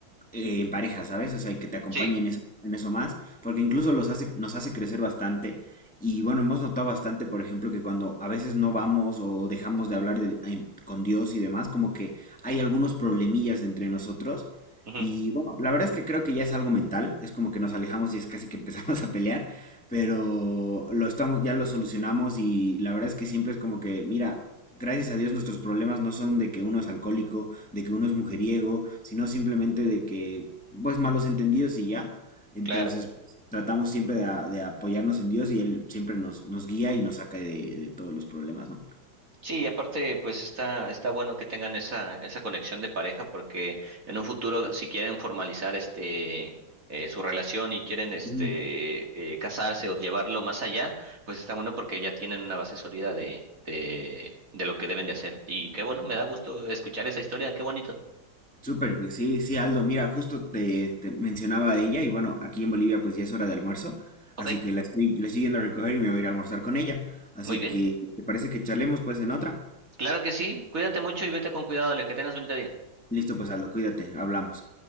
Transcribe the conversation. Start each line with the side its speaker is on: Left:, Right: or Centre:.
Centre: eh, en pareja, ¿sabes? O sea, que te acompañen
Right: Sí,
Centre: en eso, en eso más, porque incluso los hace, nos hace crecer bastante. Y bueno, hemos notado bastante, por ejemplo, que cuando a veces no vamos o dejamos de hablar de- en- con Dios y demás, como que hay algunos problemillas entre nosotros.
Right: ujú,
Centre: Y bueno, la verdad es que creo que ya es algo mental, es como que nos alejamos y es casi que empezamos <laughs> a pelear, pero lo estamos, ya lo solucionamos y la verdad es que siempre es como que, mira, gracias a Dios nuestros problemas no son de que uno es alcohólico de que uno es mujeriego, sino simplemente de que, pues, malos entendidos y ya. Entonces,
Right: claro.
Centre: pues, tratamos siempre de, a- de apoyarnos en Dios y Él siempre nos, nos guía y nos saca de, de todos los problemas, ¿no?
Right: Sí, y aparte pues está, está bueno que tengan esa, esa conexión de pareja porque en un futuro si quieren formalizar este eh, su relación y quieren este
Centre: Ujú.
Right: eh, casarse o llevarlo más allá, pues está bueno porque ya tienen una base sólida de, de, de lo que deben de hacer. Y qué bueno, me da gusto escuchar esa historia, qué bonito.
Centre: Súper, sí, sí, Aldo, mira, justo te, te mencionaba a ella y bueno, aquí en Bolivia pues ya es hora de almuerzo,
Right: Ok,
Centre: así que la estoy, la estoy yendo a recoger y me voy a ir a almorzar con ella. Así
Right: muy bien.
Centre: que, ¿te parece que charlemos pues en otra?
Right: Claro que sí, cuídate mucho y vete con cuidado, Ale, que tengas bonito día.
Centre: Listo, pues Aldo, cuídate, hablamos.